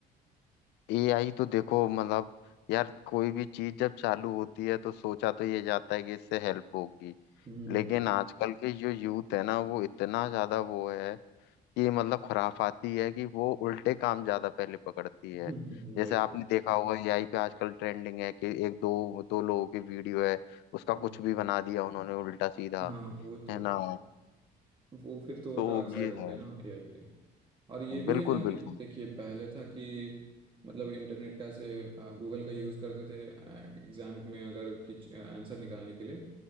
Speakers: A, on the left (about 85°); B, on the right (about 30°).
A: एआई तो देखो मतलब यार कोई भी चीज जब चालू होती है तो सोचा तो ये जाता है कि इससे हेल्प होगी
B: हम्म
A: लेकिन आजकल के जो यूथ है ना वो इतना ज्यादा वो है कि मतलब खुराफाती है कि वो उल्टे काम ज्यादा पहले पकड़ती
B: <laughs>
A: है जैसे
B: वही
A: आपने देखा होगा एआई पे आजकल ट्रेंडिंग है कि एक दो दो लोगों की वीडियो है उसका
B: हम्म।
A: कुछ भी बना दिया उन्होंने उल्टा सीधा
B: हाँ वो तो
A: है ना
B: वो फिर तो
A: तो
B: डार्क साइड
A: ये
B: हो
A: है
B: गया ना एआई के और ये भी
A: बिल्कुल
B: है ना कि
A: बिल्कुल
B: देखिए पहले था कि मतलब इंटरनेट का ऐसे गूगल का यूज़ करते थे एग्जाम में अगर किच आंसर निकालने के लिए